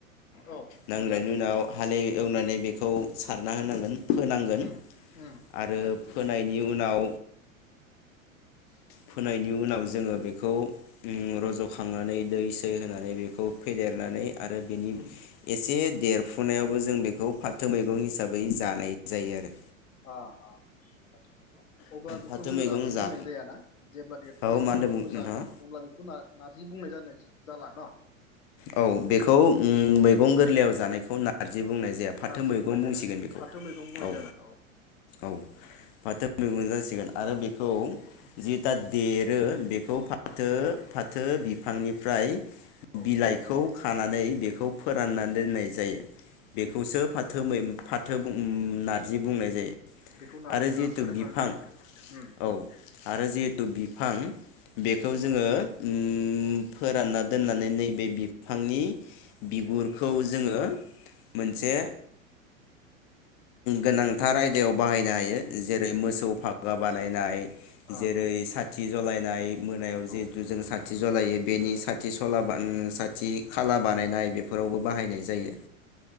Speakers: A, on the left (about 75°); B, on the left (about 40°).
A: औ
B: नांगोरनायनि
A: बिदान
B: उनाव
A: औ
B: हालेव एवनानै
A: उम
B: बेखौ सारना होनांगोन। फोनांगोन
A: उम उम
B: आरो। फोनायनि उनाव फोनायनि उनाव जोङो बेखौ ओम रज' खांनानै दै सै होनानै <unintelligible> बेखौ फेदेरनानै आरो बेनि
A: उम
B: एसे देरफुनायावबो जों बेखौ फाथो मैगं हिसाबै जानाय जायो आरो।
A: अ अ फाथो मैगं अब्ला बेखौ
B: फाथो
A: जोङो
B: मैगं
A: नारजि
B: जा
A: बुंनाय जायाना जेब्ला देरफुनायाव
B: औ मा होनदोंमोन
A: जों बेखौ
B: नोंथाङा
A: जागोन अब्ला बेखौ नार-नारजि बुंनाय जानाय जाला न?
B: औ बेखौ ओम मैगं
A: उम
B: गोरलैयाव जानायखौ <unintelligible> बुंनाय जाया फाथो
A: नारजि
B: मैगं
A: बुंनाय जानाया
B: बुंसिगोन बेखौ
A: फाथो मैगं बुंनाय
B: औ
A: जागोन
B: औ फाथो मैगं जासिगोन आरो बेखौ दा देरो बेखौ खौ फाथो
A: औ
B: फा फाथो बिफांनिफ्राय
A: औ
B: बिलाइ खौ खानानै बेखौ फोरानना दोननाय जायो। बेखौसो
A: उम
B: फाथो मै फाथो बुं नारजि बुंनाय जायो।
A: बेखौ नारजि
B: आरो
A: <unintelligible>
B: जिहेथु
A: फोराननानै
B: बिफां
A: दोननांगौ ओम।
B: औ आरो जिहेतु बिफां बेखौ जोङो उम फोरानना दोननानै नैबे बि फांनि बिगुरखौ
A: उम
B: जोङो मोनसे
A: उम
B: गोनांथार आयदायाव बाहायनो हायो। जेरै मोसौ
A: उम
B: फाखा बानायनाय
A: अ
B: जेरै सा थि जलायनाय मोनायाव
A: औ
B: जिहेथु जों सा थि जलायो बेनि साथि सला बान साथ <unintelligible> खाला बानायनाय
A: औ
B: बेफोरावबो बाहायनाय जायो।